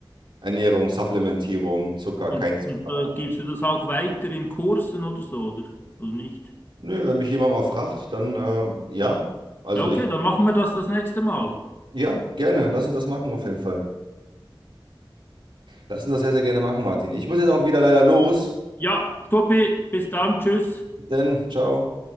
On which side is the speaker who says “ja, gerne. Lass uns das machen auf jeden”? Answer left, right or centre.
Right